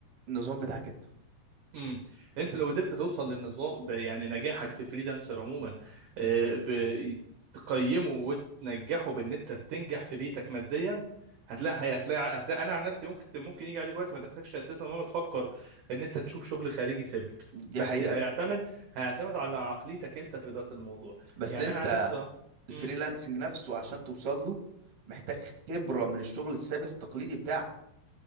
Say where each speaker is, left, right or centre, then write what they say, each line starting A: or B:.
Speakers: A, on the right; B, on the right.
A: النظام بتاعك انت
B: امم انت لو قدرت توصل للنظام ب- يعني نجاحك في الفريلانسر عموما آه، ب- تقيمه وتنجحه بان انت تنجح في بيتك ماديا هتلاقي هي- هتلاقي هتلاقي انا عن نفسي ممكن ممكن يجي عليك وقت ما تحتاجش اساسا ولا تفكر ان انت تشوف شغل خارجي ثابت
A: دي
B: بس
A: حقيقه
B: هيعتمد هيعتمد على عقليتك انت في اداره الموضوع
A: بس
B: يعني
A: انت
B: انا عن نفسي اهو
A: الفريلانسنج
B: امم
A: نفسه عشان توصل له محتاج خبرة من الشغل الثابت التقليدي بتاعك